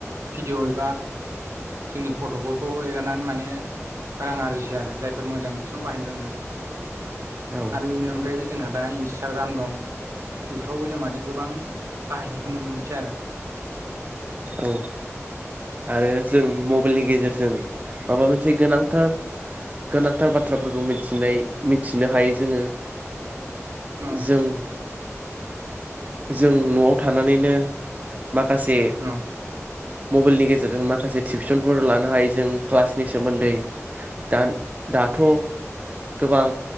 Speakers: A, on the right (about 65°); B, on the right (about 30°).
A: भिडिअ' एबा जोंनि फट'फोरखौ एगारनानै माने रां आरजि आरो जायफोर मोजां बिथिङाव बाहायनो रोंनो
B: औ
A: आरो बेनि अनगायैबो जोंना दा इन्सटाग्राम दं बेफोरावबो जों माने गोबां बाहायनायखौ नुनो मोनसै आरो
B: औ आरो जों मबाइलनि गेजेरजों माबा मोनसे गोनांथार गोनांथार बाथ्राफोरखौ मिथिनाय मिथिनो हायो जोङो
A: औ
B: जों जों न'आव थानानैनो गासेै
A: औ
B: मबाइलनि गेजेरजों माखासे टिउसनफोर लानो हायो जों क्लासनि सोमोन्दै दा दाथ' गोबां